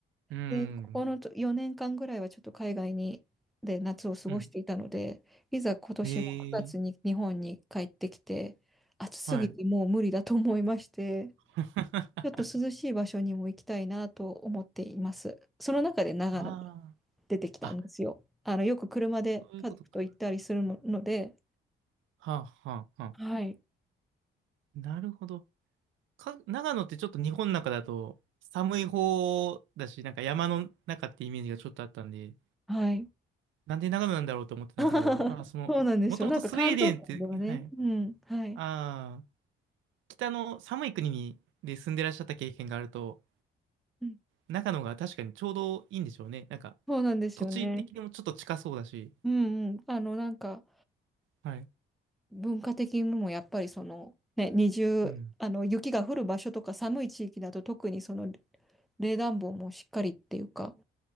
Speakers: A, on the right; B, in the centre.
A: うん。
B: で、ここの4年間ぐらいはちょっと海外にで夏を過ごしていたので、
A: うん。
B: いざ今年も9月に日本に帰ってきて、
A: へえ。
B: 暑すぎてもう無理だと思いまして。
A: はい。<laughs>
B: ちょっと涼しい場所にも行きたいなと思っています。その中で長野が
A: あ
B: 出てきたんですよ。
A: あ。あ、
B: あの、よく車で家族と行ったりするので、
A: そういうことか。はあ、はあ、はあ。
B: はい、
A: なるほど。か、長野ってちょっと日本の中だと寒い方だし、なんか山の中ってイメージがちょっとあったんで、
B: はい。
A: なんで長野なんだろうと思ってたんですけど、
B: <laughs>
A: まあ、その、
B: そうなんですよ。
A: もともとスウェーデンって、
B: なんか関東圏ではね、
A: はい、
B: うん、はい。
A: ああ、北の寒い国にで住んでらっしゃった経験があると、
B: うん、
A: 長野が確かにちょうどいいんでしょうね。なんか、
B: そうなんですよね。
A: 土地的にもちょっと近そうだし、
B: うんうん。あの、なんか
A: はい、
B: 文化的にもやっぱりその、ね、二重、
A: うん、
B: あの、雪が降る場所とか寒い地域だと特にその冷暖房もしっかりっていうか、